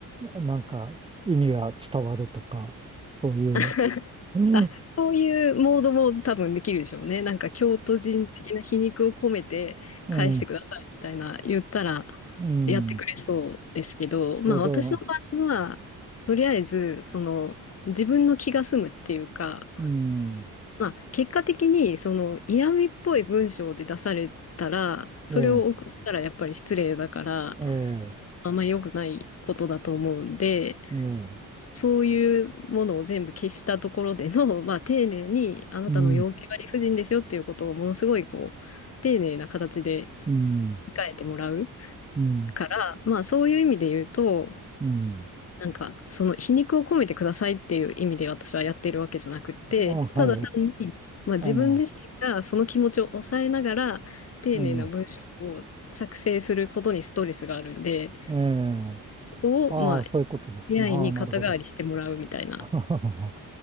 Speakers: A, on the right; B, on the left.
A: なんか意味が伝わるとか、そういう。
B: <laughs>
A: <laughs> うん、
B: まあ、そういうモードも多分できるでしょうね。なんか京都人的な皮肉を込めて返してくださいみたいな言ったら
A: ええ、うん、
B: やってくれそうですけど、まあ私の場合は、
A: けど、
B: とりあえず、その自分の気が済むっていうか、
A: うん、
B: まあ結果的にその嫌味っぽい文章で出されたら、それを送ったらやっぱり失礼だから、
A: ええ、ええ、
B: あんまり良くないことだと思うんで、
A: ええ、
B: そういうものを全部消したところでの、<laughs> まあ、丁寧にあなたの要求は理不尽ですよっていうことをものすごいこう丁寧な形で
A: うん、うん、
B: 控えてもらう
A: うん、
B: から、まあ、そういう意味で言うと
A: うん。
B: なんかその皮肉を込めてくださいっていう意味で私はやってるわけじゃなくってただ単に、
A: あ、はい。
B: まあ、
A: あの、
B: 自分自身がその気持ちを抑えながら丁寧な文章を作成することにストレスがあるんで
A: ええ、ええ、
B: そこをまあ
A: ああ、そういうことですね。
B: AI
A: ああ、
B: に肩代わりしてもらうみたいな
A: なるほど。<laughs> あ